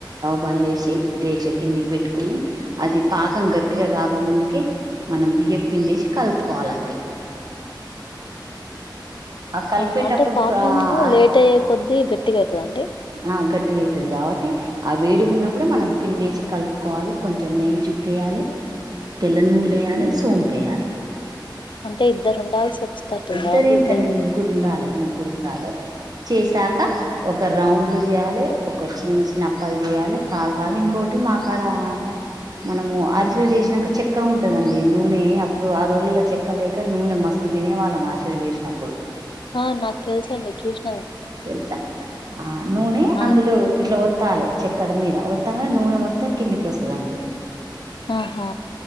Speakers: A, on the right; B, on the left.
A: బంద్ జేసి డేక్ష్య కిందికి బెట్టుకొని అది పాకం గట్టిగా గాక ముందు కి మనం బియ్య పిండేసి కలుపుకోవాలండి ఆ కలిపేటప్పుడు
B: ఆహా అంటే పాకము
A: అ
B: లేట్ అయ్యే కొద్దీ గట్టిగా అయితదండి
A: ఆ గట్ ట్టిగా అయితది కాబట్టి ఆ వేడిగా ఉన్నప్పుడు మనం పిండేసి కలుపుకోవాలి కొంచెం నెయ్యి చుక్కేయాలే తెల్ల నువ్వులు ఏయాలే సోంపేయాలే
B: అంటే ఇద్దరు ఉండాల్సి వచ్చేటట్టుంది
A: ఇద్దర
B: కదండి
A: ఏంటండి
B: ఇద్దరు
A: ముగ్గురు ఉండాలే ముగ్గురు ఉండాలి చేశాక
B: ఆహా.
A: ఒక రౌండ్ లు చేయాలి ఒకరూ చిన్న చిన్న అప్పలు చెయాలి కాల్వాలి ఇంకోటి మాకాడ మనము అరిసెలు చేసినాక చెక్క ఉంటదండి నూనె అప్పుడు ఆ రోజుల్లో చెక్క లేక నూనె మస్తు తినే వాళ్ళం అర్షేలు చేసినప్పుడు
B: ఆ నాకు తెలుస అండి చూసిన
A: తెలుసా ఆ నూనె
B: ఆ
A: అందులో
B: చెప్తాను
A: ఇట్లా ఒత్తాలే చెక్కద మీద వత్తాంగానే నూనె మొత్తం కిందికి వస్తదండి
B: ఆహా